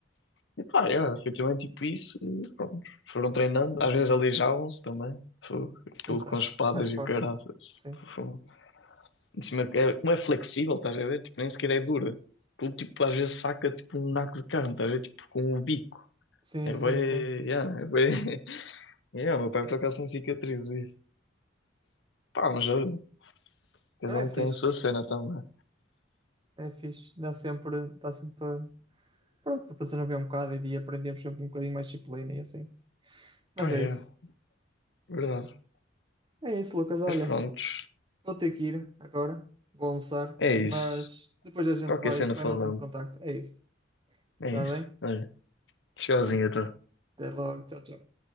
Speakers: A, on the left; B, on the right.
A: E pá, yeah, foi também tipo isso. E pronto, foram treinando, às vezes aleijavam-se também. Fogo, aquilo
B: Sim, faz,
A: com espadas
B: faz parte.
A: e o caraças. Tipo,
B: Sim,
A: fogo. Em cima, é, como é flexível, estás a ver? Tipo, nem sequer é dura. Aquilo, tipo, às vezes saca tipo um naco de carne, estás a ver? Tipo, com o bico.
B: sim,
A: É
B: sim,
A: bem.
B: sim.
A: Yeah, é bem... <laughs> Yeah, o meu pai por acaso tem cicatrizes isso. Pá, mas olha, cada
B: Não, é
A: um
B: fixe,
A: tem a sua cena também.
B: é fixe. Dá sempre, dá sempre para, pronto, para desenvolver um bocado e de aprendemos sempre um bocadinho mais disciplina e assim. Mas
A: Pá,
B: é
A: é,
B: isso.
A: verdade.
B: É isso, Lucas. Olha,
A: Mas prontos,
B: vou ter que ir agora. Vou almoçar,
A: é
B: mas
A: isso.
B: depois a gente
A: Qualquer
B: vai,
A: cena
B: vai
A: falamos.
B: mantendo contacto. É isso.
A: É
B: Está
A: isso.
B: bem?
A: Olha, tchauzinho
B: Vá.
A: então.
B: Até logo. Tchau, tchau.